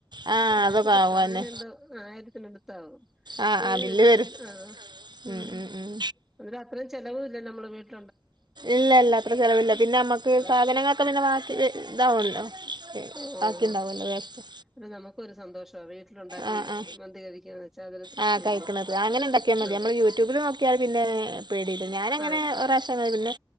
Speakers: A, on the right (about 55°); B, in the centre.
A: ആ
B: തൊള്ളായിരത്തി
A: അതൊക്കെ
B: പത്തോ
A: ആവും
B: അങ്ങനെ
A: തന്നെ
B: എന്തോ ആയിരത്തിനെടുത്താവും
A: ആ
B: പോയി
A: ആ ബില്ല്
B: വരുമ്പോ
A: വരും
B: ന്ത് ആ ആ
A: ഉം, ഉം, ഉം.
B: എന്താ അത്രേ ചെലവൂല്ലേ നമ്മളെവീട്ട്
A: ഇല്ലല്ല അത്ര ചെലവില്ല പിന്നനമ്മക്ക്
B: ആഹ്
A: സാധനങ്ങളൊക്കെ പിന്നെ വാക്കി ഇതാവോല്ലോ
B: ഓഹ്
A: ബാക്കിണ്ടാവോല്ലോ വേസ്റ്റ്
B: അത് നമുക്കൊരു സന്തോഷവാ വീട്ടിലുണ്ടാക്കി
A: അ അ
B: മന്തി കഴിക്കാന്ന് വെച്ചാ അതൊരു തൃപ്തിയല്ലേ
A: ആ കയ്ക്കണത് അങ്ങനെ ഇണ്ടാക്ക്യാ മതി
B: ആഹ്
A: നമ്മള് യൂട്യൂബില് നോക്കിയാൽ പിന്നേ പേടിയില്ല ഞാനങ്ങനെ
B: ആഹ്
A: ഒറാഷ്യം <unintelligible> കുന്നെ